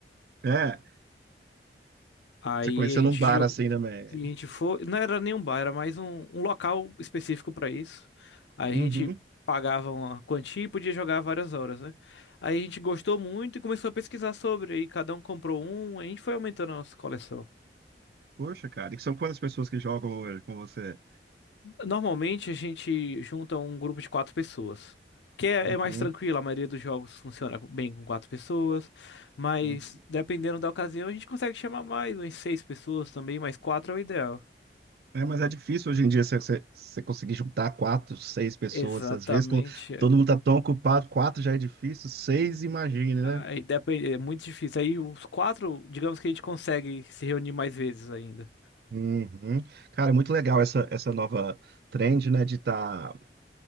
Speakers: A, on the right; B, on the left.
A: é,
B: Aí
A: você conheceu
B: a gente
A: num bar
B: jogou.
A: assim também.
B: A gente foi. Não era nem um bar, era mais um, um local específico pra isso. Aí
A: Uhum.
B: a gente pagava uma quantia e podia jogar várias horas, né? Aí a gente gostou muito e começou a pesquisar sobre. Aí cada um comprou um, a gente foi aumentando a nossa coleção.
A: Poxa, cara, e são quantas pessoas que jogam hoje com você?
B: Normalmente a gente junta um grupo de quatro pessoas. Que é,
A: Uhum.
B: é mais tranquilo, a maioria dos jogos funciona bem com quatro pessoas, mas
A: uhum.
B: dependendo da ocasião a gente consegue chamar mais, umas seis pessoas também, mas quatro é o ideal.
A: É, mas é difícil hoje em dia você, você, você conseguir juntar quatro, seis pessoas.
B: Exatamente.
A: Às vezes, quando todo mundo tá tão ocupado, quatro já é difícil, seis, imagine, né?
B: Aí depende, é muito difícil. Aí os quatro, digamos que a gente consegue se reunir mais vezes ainda.
A: Uhum. Cara, é muito legal essa, essa nova trend, né, de estar